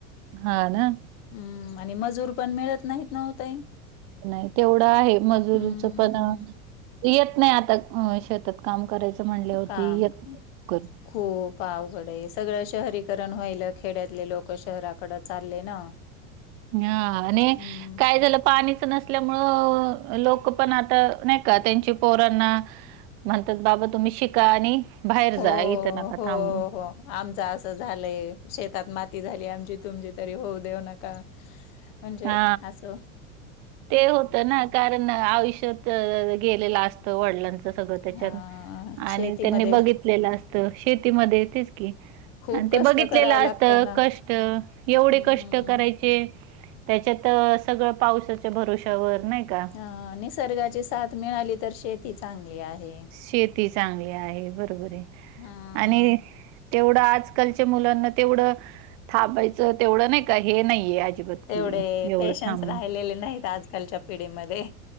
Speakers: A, on the right (about 45°); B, on the left (about 60°).
A: हा ना.
B: हम्म आणि मजूर पण मिळत नाहीत नव्हताही.
A: नाही तेवढं आहे मजुरच
B: हम्म.
A: पण येत नाही आता शेतात. काम करायचं म्हणल्यावर
B: काम
A: ती येत नाहीत लवकर.
B: खूप पावघडे सगळं शहरीकरण व्हायल''--'' खेड्यातले लोक शहराकडं चालले ना.
A: हा आणि
B: हम्म.
A: काय झालं पाणी. नसल्यामु लोक पण आता नाही का त्यांची पोरांना. म्हणतात बाबा तुम्ही शिका आणि. बाहेर
B: हो
A: जा इथं नका
B: हो
A: थांबू
B: हो. आमचा असं झालंय शेतात माती झाली आमची तुमची तरी होऊ देऊ नका म्हणजे
A: हा
B: असं
A: ते होतं ना. कारण आयुष्यात गेलेला असत वडिलांच सगळं त्याच्या
B: हा शेतीमध्ये
A: आणि त्यांनी बघितलेलं असतं शेतीमध्ये तेच की
B: खूप
A: आणि
B: कष्ट
A: ते बघितलेलं
B: करावं लागतं
A: असतं
B: ना
A: कष्ट एवढे
B: हम्म.
A: कष्ट करायचे त्याच्यात सगळं पावसाच्या भरवश्यावर नाही का
B: ह निसर्गाची साथ मिळाली तर शेत ती चांगली आहे.
A: शेती चांगली आहे बरोबर आहे
B: हा
A: आणि तेवढं आजकालच्या मुलांना तेवढं थांबायचं तेवढं नाही का हे नाहीये अजिबात
B: तेवढे
A: कि एवढं
B: पेशन्स
A: थांब
B: राहिलेले नाहीत आजकालच्या पिढीमध्ये.